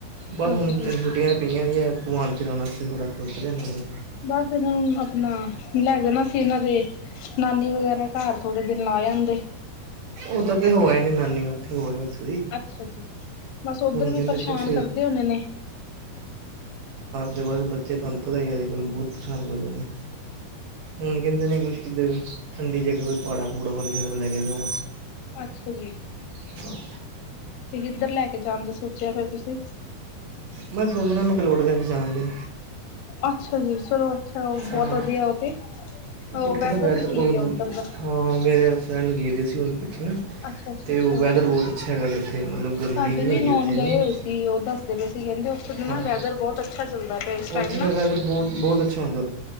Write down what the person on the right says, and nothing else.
ਬਸ
ਹੁਨ ਛੁੱਟੀਆਂ ਪਈਆਂ ਦੀ ਏ ਘੁਮਾਨ ਫਿਰਾਨ ਆਸਤੇ ਥੋੜ੍ਹਾ ਸੋਚ ਰਿਹਾ ਇਹਨਾਂ ਨੂੰ
ਉੱਧਰ ਤੇ ਹੋ ਆਏ ਨੇ ਨਾਨੀ ਵਲ ਤੇ ਹੋਆ ਉਥੇ
ਕਹਿੰਦੇ
ਕੁਛ
ਅਤੇ ਬਸ ਬੱਚੇ ਤੁਹਾਨੂੰ ਪਤਾ ਈ ਅੱਜ ਕੱਲ ਬਹੁਤ ਪ੍ਰੇਸ਼ਾਨ ਕਰਦੇ ਨੇ ਹੁਨ ਕਹਿੰਦੇ ਨੇ ਕੁਛ ਕਿੱਧਰ ਠੰਡੀ ਜਗ੍ਹਾ ਕੋਈ ਪਾੜਾ ਪੂੜਾ ਵਾਲੀ ਜਗ੍ਹਾ ਲੈ ਕੇ ਜਾਓ
ਉਹ
ਮੈਂ ਸੋਚਦਾ ਮੈਕਲੋਡਗੰਜ ਜਾਣ ਦੀ
ਹਾਂ
ਉੱਥੇ ਨਾ ਵੈਦਰ
<unintelligible>
ਹਾਂ ਮੇਰੇ ਫਰੈਂਡ ਗਏ ਦੇ ਸੀ। ਪ ਨਾ ਅਤੇ
ਉਹ ਵੈਦਰ ਬਹੁਤ ਅੱਛਾ ਹੈਗਾ ਉੱਥੇ ਮਤਲਬ ਗਰਮੀ
ਨਹੀਂ
ਹੈਗੀ
ਉੱਥੇ ਇੰਨੀ
ਹਾਂ
ਉੱਥੇ
ਦਾ ਵੈਦਰ ਬਹੁਤ ਬਹੁਤ ਅੱਛਾ ਹੁੰਦੇ